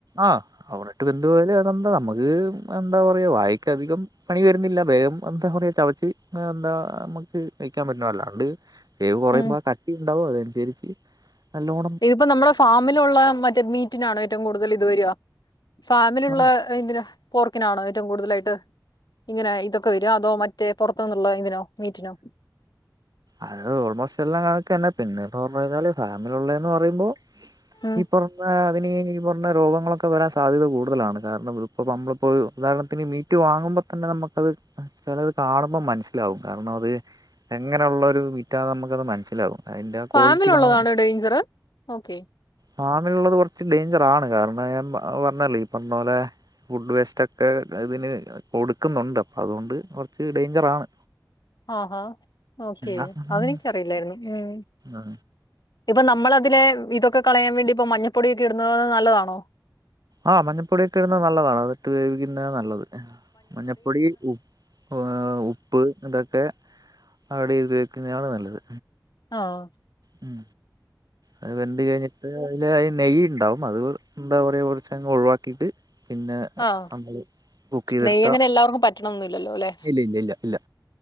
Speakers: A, on the right; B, on the left.
A: ആഹ് ഓവറായിട്ട് വെന്തു പോയാല് തെന്താ നമുക്ക് എന്താ പറയാ വായക്ക് അധികം പണി വെരുന്നില്ല വേഗം എന്താ പറ ചവ എന്താ അമ്മക്ക് കഴിക്കാപറ്റുവല്ലാണ്ട് വേവ് കൊറയുമ്പ
B: ഉം
A: ആ കട്ടിണ്ടാവും അതനുസരിച്ച് നല്ലോണം
B: ഇതിപ്പോ നമ്മടെ ഫാമിലുള്ള മറ്റേ മീറ്റിനാണോ ഏറ്റവും കൂടുതൽ ഇത് വെര ഫാമിലുള്ള
A: ആ
B: ഇതിന് പോർക്കിനാണോ ഏറ്റവും കൂടുതലായിട്ട് ഇങ്ങനെ ഇതൊക്കെ വെര അതോ മറ്റേ പൊറത്തൂന്നുള്ള ഇതിനോ മീറ്റിനോ?
A: അത് ഓൾമോസ്റ്റ് എല്ലാം കണക്കെന്നെ പിന്നെപ്പോന്ന് പറഞ്ഞുകയ്ഞ്ഞാല് ഫാമിലുള്ളേന്ന് പറയുമ്പോ
B: ഉം
A: ഇപ്പം ആഹ് അതിന് ഈ പറഞ്ഞ രോഗങ്ങളൊക്കെ വരാൻ സാധ്യത കൂടുതലാണ് കാരണം ഇപ്പ നമ്മള്പ്പോ ഉദാഹരണത്തിന് മീ മീറ്റ് വാങ്ങുമ്പോതന്നെ നമുക്കത് ചെലത് കാണുമ്പോ മനസ്സിലാവും കാരണം അത് എങ്ങനള്ളൊരു മീറ്റാന്ന് നമ്ക്കത് മനസ്സിലാവും അതിന്റെ ആ ക്വാളിറ്റി
B: ഫാമിലുള്ളതാണോ
A: കാണ
B: ഡേയ്ഞ്ചറ് ഓക്കെ
A: ഫാമിലുള്ളത് കൊറച്ച് ഡേയ്ഞ്ചറാണ് കാരണം ഞാൻ അ പർഞ്ഞല്ലേ ഈ പർഞ്ഞ പോലെ ഫുഡ് വേസ്റ്റൊക്കെ ഇതിന് കൊടുക്കുന്ന്ണ്ട് അപ്പം അതോണ്ട് കൊറച്ച് ഡേയ്ഞ്ചറാണ്
B: ആഹാ ഓക്കെ
A: ആ സമയം
B: അതെനിക്കറിയില്ലായിരുന്നു ഉം ഉം
A: ആ
B: ഇപ്പൊ നമ്മളതിനലെ ഇതൊക്കെ കളയാവേണ്ടി ഇപ്പം മഞ്ഞപ്പൊടിയൊക്കെ ഇട്ന്നത് നല്ലതാണോ?
A: ആഹ് മഞ്ഞപ്പൊടിയൊക്കെടുന്നത് നല്ലതാണ് അത്ട്ട് വേവിക്കുന്നതാ നല്ലത് മഞ്ഞപ്പൊടി ഉ ആഹ് ഉപ്പ് എത ഇത് അവിടെ ഉപയോഗിക്കുന്നതാണ് നല്ലത്.
B: ഓഹ്
A: ഉം അത് വരണ്ട് കഴിഞ്ഞിട്ട് അതില് ആ നെയ്യ് ഉണ്ടാവും. അത് എന്താ പറയുക, കുറച്ചങ്ങ് ഒഴിവാക്കിയിട്ട് പിന്നെ
B: ആഹ്.
A: നമ്മള് കുക്ക് ചെയ്തെടുത്ത
B: നെയ്യങ്ങനെ എല്ലാവർക്കും പറ്റണൊന്നുമില്ലല്ലോ. അല്ലെ.
A: ഇല്ല ഇല്ല ഇല്ല ഇല്ല